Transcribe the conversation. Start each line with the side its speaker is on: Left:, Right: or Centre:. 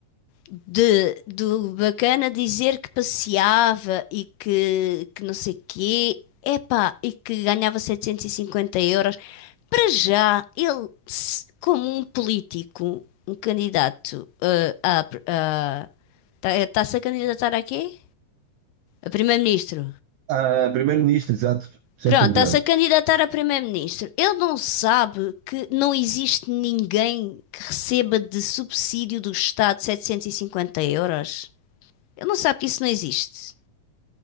Left: de, do bacana dizer que passeava e que, que não sei quê, epá, e que ganhava 750 euros. Para já, ele, se- como um político, um candidato eh, a, a, tá- está-se a candidatar a quê? A primeiro-ministro.
Right: Ah, primeiro-ministro, exato, chefe
Left: Pronto,
Right: do governo.
Left: está-se a candidatar a primeiro-ministro. Ele não sabe que não existe ninguém que receba de subsídio do Estado 750 euros. Ele não sabe que isso não existe.